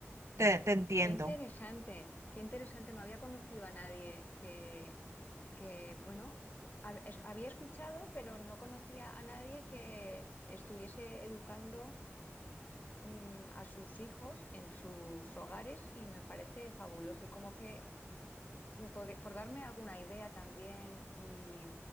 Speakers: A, on the right (about 85°); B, on the left (about 40°).
A: Te, te entiendo.
B: Qué interesante, qué interesante. No había conocido a nadie que, que bueno, hab- es- había escuchado, pero no conocía a nadie que estuviese educando mm, a sus hijos en sus hogares y me parece fabuloso. Y como que me podría, por darme alguna idea también y